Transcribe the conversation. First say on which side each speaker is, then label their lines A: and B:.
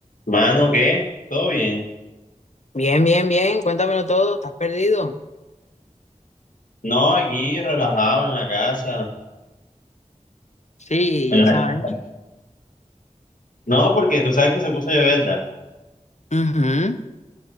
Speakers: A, on the left; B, on the left.
A: Mano, ¿qué? ¿Todo bien?
B: Bien, bien, bien. Cuéntamelo todo. ¿Estás perdido?
A: No, aquí relajado en la casa.
B: Sí,
A: En la...
B: esa vaina.
A: casa. No, porque tú sabes que se puso a llover, ¿verdad?
B: Ujú.